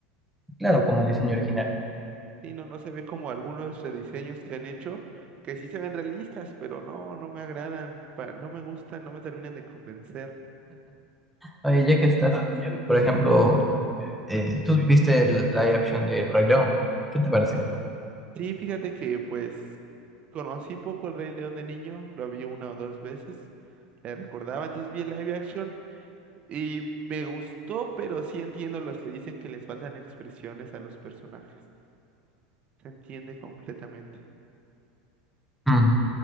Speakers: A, in the centre; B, on the right.
A: Claro, como el diseño original.
B: Sí, no, no se ve como algunos rediseños que han hecho, que sí se ven realistas, pero no, no me agradan, pa- no me gustan, no me terminan de convencer.
A: Oye, ya que estás, por ejemplo, eh, tú viste el live action de El Rey León, ¿qué te pareció?
B: Sí, fíjate que pues conocí poco el Rey León de niño, lo vi una o dos veces, le recordaba, entonces vi el live action y me gustó, pero sí entiendo los que dicen que les faltan expresiones a los personajes. Se entiende completamente,
A: Mm,